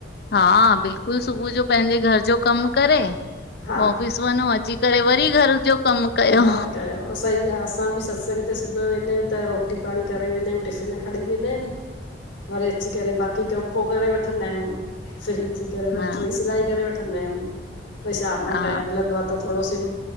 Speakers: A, on the left; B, on the left.
A: हा बिल्कुल सुबुअ जो पंहिंजे घर जो कम करे पो
B: हा
A: ऑफिस वंञों अची करे वरी घर जो कम कयो।
B: घर कयो, सही आ असां बि सत्संग ते सुबुअ यो वेंदा आहियूं त रोटी पांणी करे वेंदा आहियूं टिफ़िन खणी वेंदा हिनि।
A: <inaudible>
B: वरी अची करे बाक़ी कम पो करे वठंदा आहियूं, फ्री थी करे वरी
A: हा
B: थोणी सिलाई करे वठ वठंदा आहियूं वरी शाम जो
A: हा
B: टाइम मिलंदो आहे त थोड़ो सिम